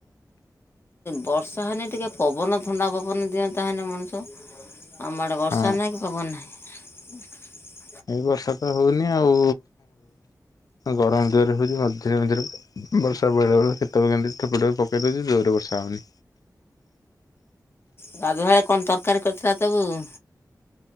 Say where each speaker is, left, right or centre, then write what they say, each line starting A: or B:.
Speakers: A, on the left; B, on the left.
A: ବର୍ଷା ହେନେ ଟିକିଏ ପବନ ଥଣ୍ଡା ପବନ ହୁଅନ୍ତା ମଣିଷ ଆମ ଆଡ଼େ ବର୍ଷା
B: ହଁ।
A: ନାହିଁ କି ପବନ ନାହିଁ।
B: ଏଇ ବର୍ଷା ତ ହଉନି ଆଉ ଗରମ ହଉଛି। ବର୍ଷା ହଉନି, କେତେବେଳେ କେମିତି ହଉଚି।
A: ଗାଧୁଆ ବେଳେ କଣ ତରକାରୀ କରିଥିଲା ତୋ ବୋଉ?